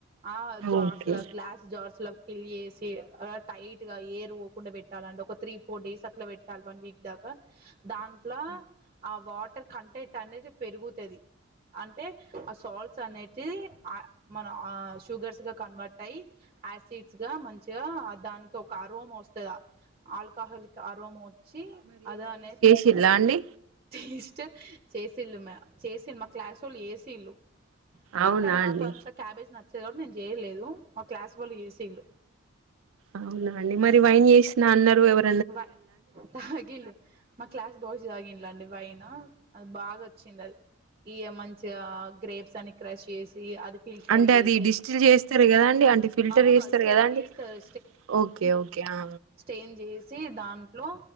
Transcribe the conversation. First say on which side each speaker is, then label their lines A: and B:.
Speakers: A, on the right; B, on the right.
A: ఆ జార్స్
B: ఓకే
A: లో గ్లాస్ జార్స్ లో ఫిల్ చేసి టైట్ గా ఎయిర్ పోకుండా పెట్టాలంటే ఒక త్రీ ఫోర్ డేస్ అట్లా పెట్ వన్ వీక్ దాకా దాంట్లో ఆ వాటర్ కంటెంట్ అనేది పెరుగుతది అంటే ఆ సాల్ట్స్ అనేటి మన ఆ షుగర్స్ గా కన్వర్ట్ అయ్యి యాసిడ్స్ గా మంచిగా దానికి ఒక అరోమా వస్తదా ఆల్కహాల్ క అరోమా వచ్చి అదా అనేది
B: చిల్లా అండి
A: టేస్ట్ చేసిళ్ళు మా చేసి మా క్లాస్ వాళ్ళు చేసిల్ళు
B: అవునా
A: అంటే నాకు
B: అండి
A: అంత క్యాబేజ్ నచ్చేది కాబట్టి నేను చేయలేదు మా క్లాస్ వాళ్ళు ఏసీళ్ళు
B: అవునండి మరి వైన్ చేసిన అన్నారు ఎవరు
A: బ తగిలు మా క్లాస్ బాయ్స్ తాగింట్లా అండి వైన్ అది బాగా వచ్చింది అది ఇగ మంచిగా గ్రేప్స్ అని క్రష్ చేసి అది ఫిల్టర్
B: అంటే
A: చేసి
B: అది డిస్టిల్ చేస్తారు కదా అండి అంటే ఫిల్టర్
A: అవును
B: చేస్తారు
A: స్టెయిన్
B: కదా అండి
A: చేస్తారు
B: ఓ ఓకే ఓకే ఆ
A: చేంజ్ చేసి దాంట్లో